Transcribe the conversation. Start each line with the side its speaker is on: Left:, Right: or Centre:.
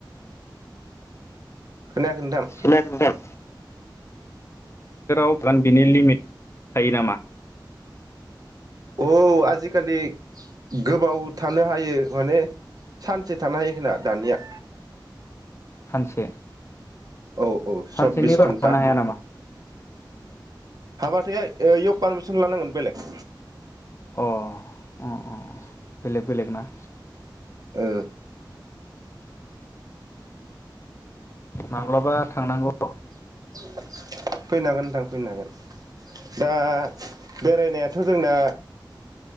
Right: खोनायाखै नोंथां?
Left: खोनायाखै नोंथां? <unintelligible> लिमिथ थायो नामा
Right: औ आजिखालि गोबाव थानो हायो माने सानसे थानो हायो खोमा दानिया।
Left: सानसे
Right: औ औ
Left: सानसेनि
Right: सब्बिस घन्टा
Left: बारा थानो हाया नामा?
Right: हाबाथाय ओयाव पारमिसन लानांगोन बेलेग।
Left: अ अ अ अ बेलेग बेलेग ना?
Right: ओ
Left: माब्लाबा थांनांगौ
Right: <unintelligible> फैनो हागोन नोंथां फैनो हागोन दा बेरायनायाथ' जोंना